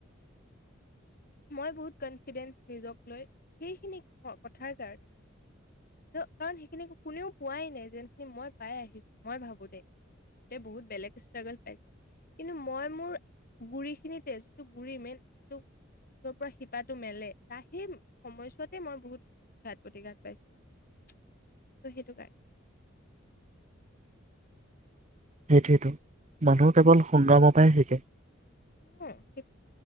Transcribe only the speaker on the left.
মই বহুত কনফিডেঞ্চ নিজক লৈ সেইখিনি কথাৰ কাৰ কাৰণ সেইখিনি কোনেও পোৱাই নাই যেনখিনি মই পাই আহিছো মই ভাবো দে বহুতে বহুত বেলেগ ষ্ট্ৰাগল পাইছে কিন্তু মই মোৰ গুৰিখিনিতে যিটো গুৰি মেইন যিটো তোৰ পৰা শিপাটো মেলে তাৰ সেই সময়ছোৱাতে মই বহুত ঘাত প্ৰতিঘাত পাইছো ন ত সেইটো কাৰণে।
সেইটো